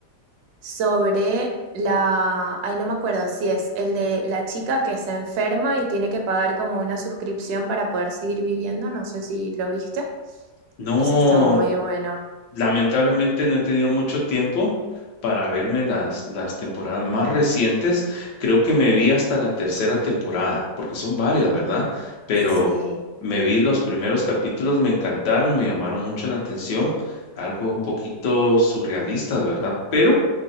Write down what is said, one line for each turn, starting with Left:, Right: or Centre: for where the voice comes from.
Right: sobre la, ay, no me acuerdo si es el de la chica que se enferma y tiene que pagar como una suscripción para poder seguir viviendo, no sé si lo viste.
Left: No,
Right: Ese está muy bueno.
Left: lamentablemente no he tenido mucho tiempo para verme las, las temporadas más recientes. Creo que me vi hasta la tercera temporada, porque son varias, ¿verdad? Pero
Right: Sí.
Left: me vi los primeros capítulos, me encantaron, me llamaron mucho la atención, algo un poquito surrealistas, ¿verdad? Pero